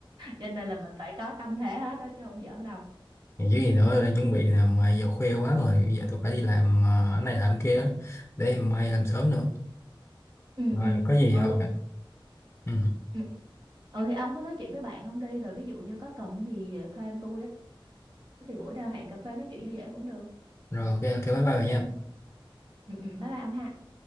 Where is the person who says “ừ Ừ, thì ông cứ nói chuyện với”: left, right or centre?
Right